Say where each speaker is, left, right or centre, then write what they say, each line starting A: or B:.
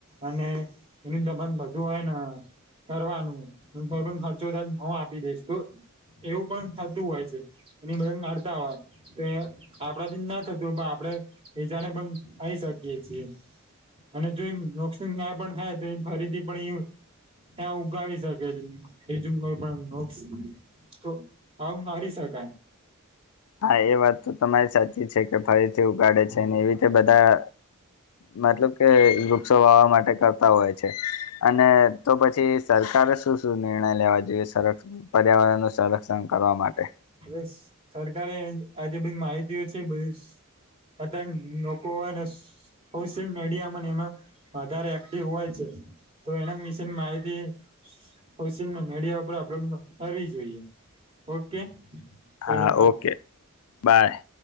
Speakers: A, on the right (about 25°); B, on the left (about 85°).
A: અને એનું તમામ બધું હોય ને કરવાનું. ભરણ ખર્ચો તન હું આપી દઈશ. તું એવું પણ થતું હોય છે. એની મદદ કાઢતા હોય તો આપણથી ના જ થતું હોય. તું પણ આપડે બીજાને પણ લાઇ શકીએ છીએ. અને જો નોક્સિંગ નયા પણ થાય તો એ ફરીથી પણ એ ત્યાં ઉગાવી શકે છે. એ જ કોઈ પણ નોક્ષ તો આ ઉગાડી શકાય.
B: હા! એ વાત તો તમારી સાચી છે કે, ફરીથી ઉગાડે છે ને એવી રીતે બધા મતલબ કે વૃક્ષો વાવવા માટે કરતા હોય છે. અને તો પછી સરકારે શું શું નિર્ણય લેવા જોઈએ? સર પર્યાવરણનું સંરક્ષણ કરવા માટે.
A: બસ સરકારે આજે બધી માહિતીઓ છે બધી આ નકવાને સોશિયલ મીડિયાને એમાં વધારે એક્ટિવ હોય છે. તો એના વિશેની માહિતી કોશિલ મીડિયા ઉપર કરવી જોઈએ ઓકે ચલો
B: હા,
A: બાય
B: ઓકે બાય